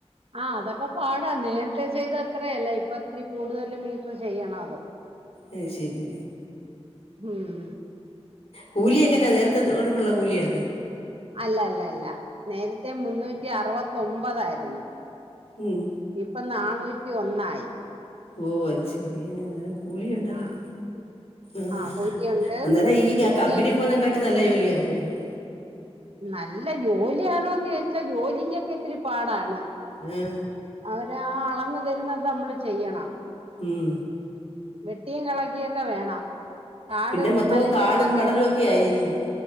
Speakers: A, on the right; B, on the left.
A: ആ അതൊക്കെ പാടാ നേരത്തെ ചെയ്ത അത്രയല്ല ഇപ്പം ഇത്തിരി കൂടുതല് മീറ്റർ ചെയ്യണം അത് <unintelligible>
B: അത് ശെരി
A: ഹ്ഉം
B: കൂലി എങ്ങനാ നേരത്തെ തൊട്ക്ക്ള്ള കൂലിയാണോ
A: അല്ല അല്ല അല്ല നേരത്തെ മുന്നൂറ്റി അറുവത്തൊമ്പതായിര്ന്ന്
B: ഉം
A: ഇപ്പം നാണൂറ്റി ഒന്നായി
B: ഓ അത് ശരിയ അന്നേരം കൂലി ഉണ്ടല്ലേ
A: ആ
B: ആഹ
A: ആ കോഴിക്കയുണ്ട്
B: അന്നേരം ഈ
A: നൂറ്റി
B: കബിനി പോവുന്നേ ത് നല്ല ജോലിയാ തോന്നുന്നു
A: നല്ല ജോലിയാണോന്ന് ചോദിച്ചാ ജോലിക്കൊക്കെ ഇത്തിരി പാടാണ്.
B: ഉം
A: അ <unintelligible> തരുന്നത് നമ്മള് ചെയ്യണം
B: ഉം
A: വെട്ടിയും കളക്കിയൊക്കെ വേണം കാടും
B: പിന്നെ മൊത്തം
A: മലയും
B: കാടും
A: ഒക്കൊക്കെ
B: പടലും ഒക്കെ ആയിരിക്കും